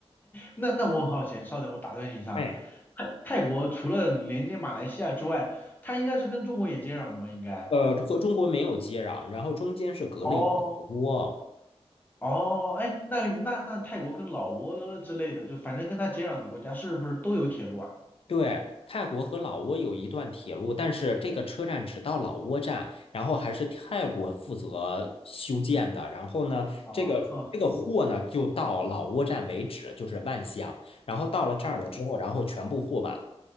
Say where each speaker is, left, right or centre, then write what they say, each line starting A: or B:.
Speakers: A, on the left; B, on the left.
A: 那那我很好奇，稍等，我打断你一下。
B: 哎，
A: 泰泰国除了连接马来西亚之外，它应该是跟中国也接壤的吧？应该。
B: 呃，和中国没有接壤，然后中间是隔了一个窝。
A: 哦哦，哎，那那那泰国跟老挝之类的，就反正跟它接壤的国家，是不是都有铁路啊？
B: 对，泰国和老挝有一段铁路，但是这个车站只到老挝站，然后还是泰国负责修建的。然后呢，
A: 啊，
B: 这个这个货呢就到老挝站为止，
A: <laughs> 呵啊
B: 就是万象。然后到了这儿了之后，然后全部货往